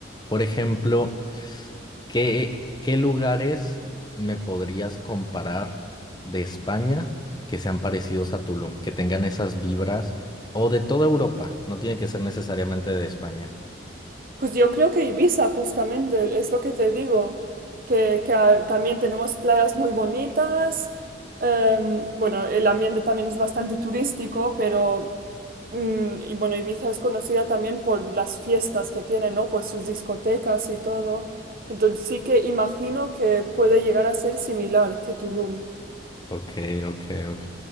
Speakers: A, on the left; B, on the right.
A: Por ejemplo, ¿qué, qué lugares me podrías comparar de España que sean parecidos a Tulum, que tengan esas vibras, o de toda Europa? No tiene que ser necesariamente de España.
B: Pues yo creo que Ibiza, justamente, es lo que te digo, que, que, ah, también tenemos playas muy bonitas, em, bueno, el ambiente también es bastante turístico, pero, mm, y bueno, Ibiza es conocida también por las fiestas que tiene, ¿no? Por sus discotecas y todo. Entonces sí que imagino que puede llegar a ser similar que Tulum.
A: Ok, ok, ok.